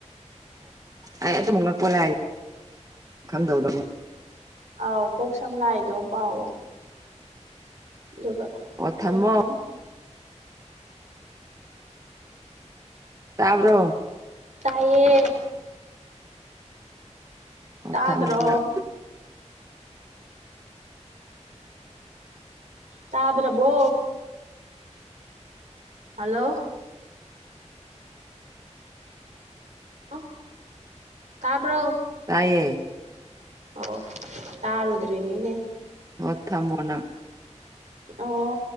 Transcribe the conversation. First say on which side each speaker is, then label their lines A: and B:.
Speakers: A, on the right (about 30°); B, on the right (about 75°).
A: ꯑꯩ ꯑꯗꯨꯝ ꯉꯛꯄꯣ ꯂꯥ ꯈꯪꯗꯕꯗꯣ ꯑꯗꯨꯝ
B: ꯑꯥꯎ ꯀꯣꯛ ꯁꯝ ꯂꯥꯏꯗꯣ ꯄꯥꯎꯑꯣ ꯑꯗꯨꯒ
A: ꯑꯣ ꯊꯝꯃꯣ
B: ꯍꯩꯔꯛꯀꯅꯤ
A: ꯇꯥꯕ꯭ꯔꯣ
B: ꯇꯥꯏꯌꯦ
A: ꯑꯣ
B: ꯇꯥꯗ꯭ꯔꯣ
A: ꯊꯝꯃꯣ ꯅꯪ
B: ꯇꯥꯗ꯭ꯔꯕꯣ ꯍꯜꯂꯣ ꯍꯜꯂꯣ ꯇꯥꯕ꯭ꯔꯣ
A: ꯇꯥꯏꯌꯦ
B: ꯑꯣ ꯇꯥꯔꯨꯗ꯭ꯔꯅꯤꯅꯦ
A: ꯃꯨꯠ ꯊꯝꯕꯔ ꯅꯪ
B: ꯑꯣ